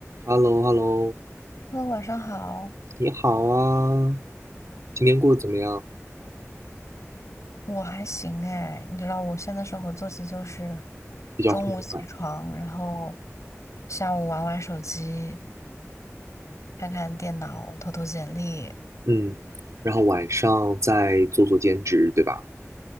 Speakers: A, on the right; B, on the left.
A: h e l l o h e l l o
B: 哈喽，晚上好，
A: 你好啊，今天过得怎么样？
B: 我还行哎，你知道我现在生活作息就是
A: 比较混乱，
B: 中午起床，然后下午玩玩手机，看看电脑，投投简历。
A: 嗯，然后晚上再做做兼职，对吧？